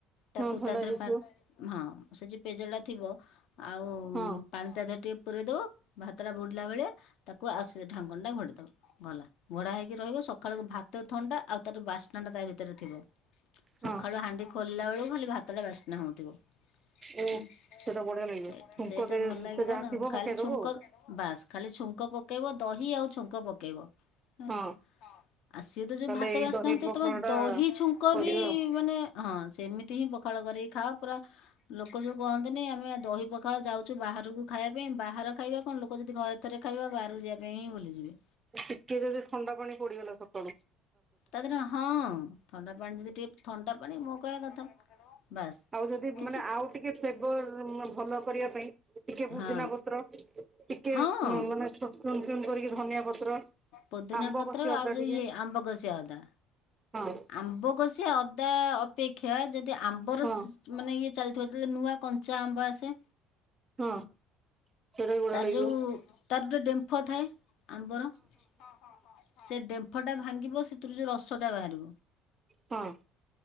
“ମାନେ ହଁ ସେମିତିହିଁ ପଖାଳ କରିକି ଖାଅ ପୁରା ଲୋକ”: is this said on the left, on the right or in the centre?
Left